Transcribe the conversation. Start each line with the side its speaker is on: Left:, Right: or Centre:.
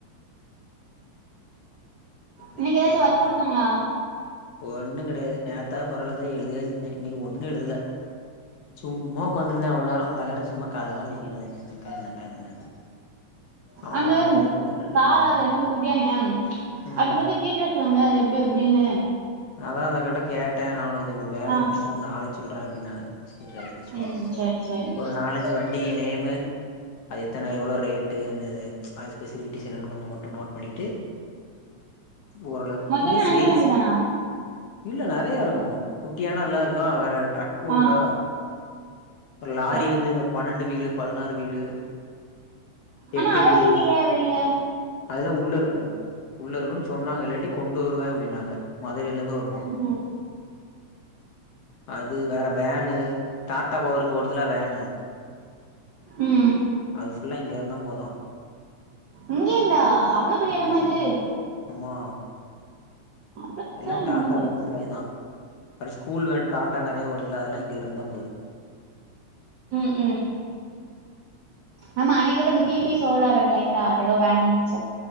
Left: மைகாட்
Right: இன்னைக்கு ஏதாச்சு ஒர்க் கொ குடுத்தாங்ளா
Left: ஒண்ணு கெடையாது நேதா பரவலதா எழுதியாச்சுந்தே இன்னைக்கு ஒண்ணு எழுதுல சும்மா ஒக்காந்துருந்தே இவ்ளோ நேரோ அந்த அக்காட சும்மா கத தா பேசிகிட்ருந்தே எனக்கா என்னக்கா என்னக்கான்ட்டு அவங்களு
Right: அந்த
Left: வேலைய பாத்துட்டு இருக்கேன்னாங்க
Right: சாரா என்னது குட்டியானயா
Left: ம்
Right: அத பத்தி டீட்டெ திட்டுவாங்க அது எப்டி எப்டின்னு
Left: அதா அந்தக்காட்ட கேட்டே நா உனுக்கு இந்த வேலைய
Right: ஆ
Left: முடிச்சுட்டு உனுக்கு நாளைக்கு சொல்ற அப்டின்னாங்க சரி ஆயிட்டு சொல்லுங்க
Right: ம் சேரி சேரி
Left: ஒரு நாலஞ்சு வண்டிக்கு நேமு அது எத்தன எவ்ளோ ரேட்டு அந்த அது ஃபெசிலிட்டிஸ் என்னனு கொஞ்ச மட்டு நோட் பண்ணிட்டு ஓரளவு
Right: மொத்தமே
Left: இங்க
Right: அஞ்சு
Left: சேல்ஸ்
Right: வண்டி தானா
Left: இல்ல நெறையா இருக்கு குட்டியானா எல்லா இருக்கா வேற ட்ரக்கு உண்டோ
Right: ஆ
Left: இப்ப லாரி
Right: ட்ரக்
Left: வந்து இந்த பன்னெண்டு வீழு பதுனாறு வீழு
Right: ஆனா
Left: எட்டு
Right: அதெல்லா
Left: வீழு
Right: இல்லையே வெளிய
Left: அதெலா உள்ள இருக்கு உள்ள இருக்குன்னு சொன்னாங்க இல்லாட்டி கொண்டு வருவே அப்டின்னாங்க மதுரையில இருந்து வருமா
Right: ம்
Left: அது வேற வேன்னு டாட்டா பவருக்கு ஓடுத்துலா வேனு
Right: ம்
Left: அது புல்லா இங்க இருந்தா போதா
Right: இங்க இருந்தா அவ்ளோ பெரிய
Left: ஆமா
Right: எடமா இது
Left: ஆமா
Right: அவ்ளோ பெருசா
Left: எல்லா
Right: எனக்கு
Left: டாடா
Right: ஒன்னு தெர்
Left: வேன் ஃபுல்லா இதா அது ஸ்கூல் வேன் டாடா நெறையா வருதுல்ல அதெல்லா இங்கே இருந்துதா போகுது
Right: ம் ம் ஆமா அன்னைக்கு கூட இந்த டி பி சோலார் லைட்டா அது ஏதோ வேணு நெனச்சே